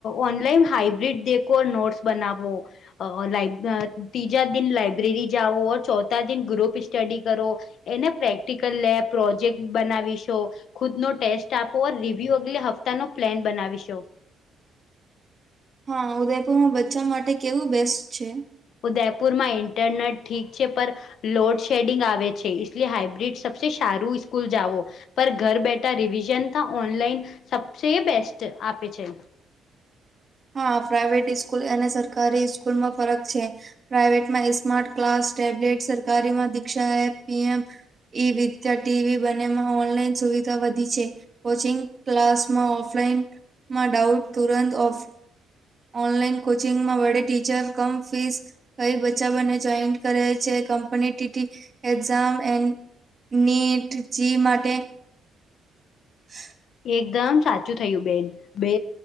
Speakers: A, on the left (about 65°); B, on the right (about 30°).
A: ઓનલાઈન હાઈબ્રિડ દેખો નોટસ બનાવો. અ લાઇબ ના ત્રીજા દિન લાઇબ્રેરી જાઓ ચોથા દિન ગ્રુપ સ્ટડી કરો એને પ્રેક્ટિકલ લેબ પ્રોજેક્ટ બનાવીશો ખુદ નો ટેસ્ટ આપો લી પીયોપી હપ્તાનો પ્લેન બનાવીશો.
B: હા ઉદયપુરમાં બચ્ચા માટે કેવું બેસ્ટ છે.
A: ઉદયપુરમાં ઇન્ટરનેટ ઠીક છે પર લોડ શેડિંગ આવે છે ઇસલે હાઈબ્રિડ સબસે સારું સ્કૂલ જાવો. પર ઘર બેઠા રિવિઝન ત ઓનલાઈન સબસે બેસ્ટ આપે છે.
B: હા પ્રાઈવેટ ઈસ્કૂલ અને સરકારી ઈસ્કૂલમાં ફરક છે. પ્રાઈવેટમાં ઈસ્માર્ટ ક્લાસ ટેબ્લેટ સરકારીમાં દીક્ષાએ પી. એમ. ઈ વિદ્યા ટીવી બનેમાં ઓનલાઈન સુવિધા વધી છે. કોચિંગ ક્લાસમાં ઓફલાઈનમાં ડાઉટ તુરંત ઓફ ઓનલાઈન કોચિંગમાં વડે ટીચર કમ ફીસ કઈ બચ્ચા બંને જોઈન કરે છે competitive exam N NEET JEE માટે. <inaudible>
A: એકદમ સાચું થયું બેન બે